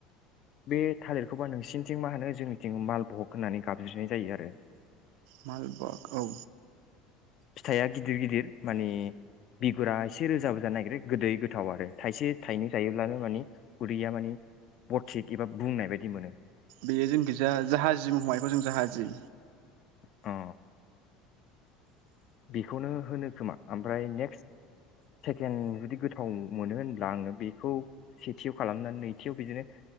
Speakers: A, on the left; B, on the right.
A: बे थालिरखौबा नोंसिनिथिं मा होनो जोंनिथिं मालबहग होननानै गाबज्रिनाय जायो आरो
B: मालबक औ
A: फिथाइआ गिदिर गिदिर माने बिगुरा एसे रोजा बो जानो नागिरो गोदै गोथाव आरो थाइसे थाइनै जायोब्लानो माने उदैया माने थिग एबा बुंनाय बायदि मोनो
B: बेयो जों गोजा जाहाजि हमनायखौ जों जाहाजि
A: औ बेखौनो होनो खोमा ओमफ्राय नेक्स्ट सेकेन्ड जुदि गोथाव मोनो होनब्ला आङो बेखौ सेथियाव खालामनानै नैथियाव बिदिनो